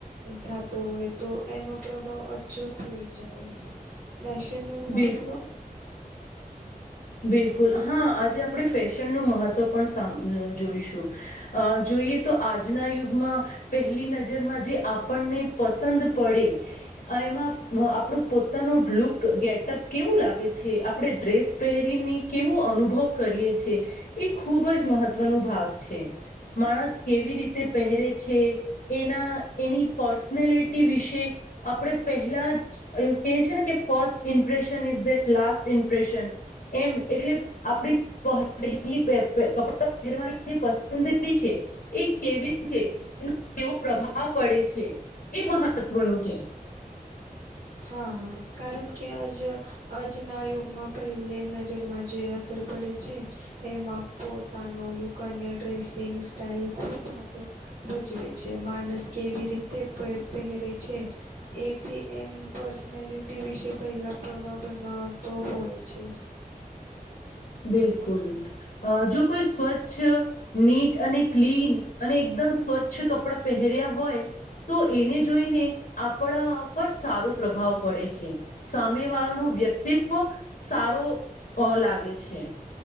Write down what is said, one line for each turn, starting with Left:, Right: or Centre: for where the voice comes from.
Right: થતો હોય તો એનો પ્રભાવ થઈ જાય ફેશનનું મહત્વ
Left: બિલકુલ બિલકુલ હા આજે આપણે ફેશનનું મહત્વ પણ જોઈશું. જોઈએ તો આજના યુગમાં પહેલી નજરમાં જે આપણને પસંદ પડે આ એમાં આપણું પોતાનો લુક ગેટઅપ કેવું લાગે છે આપણે ડ્રેસ પહેરીને કેવો અનુભવ કરીએ છે એ ખૂબ જ મહત્વનો ભાગ છે. માણસ કેવી રીતે પહેરે છે એના એની પર્સનાલિટી વિશે આપણે પહેલા જ ક છે ને કે first impression is that last impression. એમ એટલે આપડી. <unintelligible> એ કેવી છે એ કેવો પ્રભાવ પડે છે એ મહત્વનું છે.
Right: હા કારણ કે આજ આજના યુગમાં પહેલે નજરમાં જે અસર પડે છે. એમાં પોતાનો લુક અને ડ્રેસિંગ સ્ટાઈલ ખુબ ભાગ ભજવે છે માનસ કેવી રીતે પહેરે છે એથી એ પર્સનેલિટી વિશે પહેલા પ્રવાહ બનાવતો હોય છે.
Left: બિલકુલ અ જો કોઈ સ્વચ્છ નીટ અને ક્લીન અને એકદમ સ્વચ્છ કપડાં પહેર્યા હોય. તો એને જોઈને આપણા પર સારો પ્રભાવ પડે છે. સામે વાળાનું વ્યક્તિત્વ સારો લાગે છે.